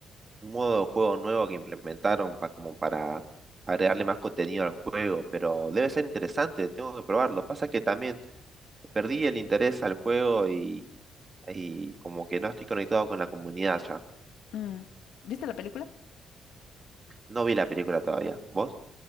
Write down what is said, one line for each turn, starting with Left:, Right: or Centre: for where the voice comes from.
Right: un modo de juego nuevo que implementaron pa- como para agregarle más contenido al juego, pero debe ser interesante, tengo que probarlo. Pasa que también perdí el interés al juego y, y como que no estoy conectado con la comunidad ya.
Left: Mm, ¿Viste la película?
Right: No vi la película todavía. ¿Vos?